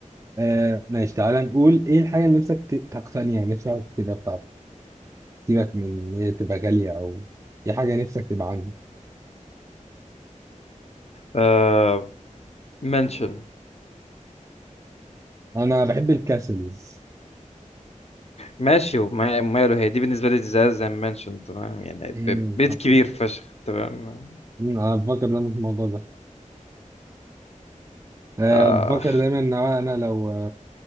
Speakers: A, on the right; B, on the left.
A: آه، ماشي تعالى نقول ايه الحاجه اللي نفسك ت- تقتنيها نفسك تبقى بتاعتك سيبك من ان هي تبقى غاليه او ايه حاجه نفسك تبقى عندك
B: آه منشن
A: انا بحب الكاسلز
B: ماشي وما- وماله هي دي بالنسبة لي زي زي منشن تمام يعني
A: مم،
B: ب- بيت كبير فشخ تمام
A: انا بفكر دايما في الموضوع ده أه
B: آه
A: بفكر دايما ان هو انا لو